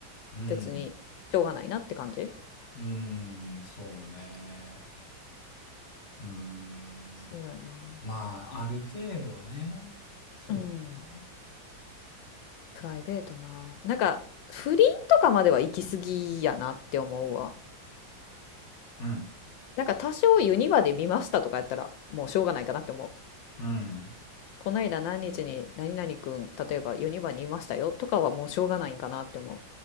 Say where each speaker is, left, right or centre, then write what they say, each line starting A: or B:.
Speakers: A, on the left; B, on the left.
A: うん。
B: 別に、しょうがないなって感じ
A: うん。そうね。うん。
B: そうやな。
A: まあ、ある程度ね。そうか
B: うん。プライベートな。なんか、不倫とかまでは行き過ぎやなって思うわ。
A: な。
B: なんか多少ユニバで見ましたとかやったらもうしょうがないかなって思う。
A: うん。うん。
B: こないだ何日に何々くん、例えばユニバにいましたよとかはもうしょうがないんかなって思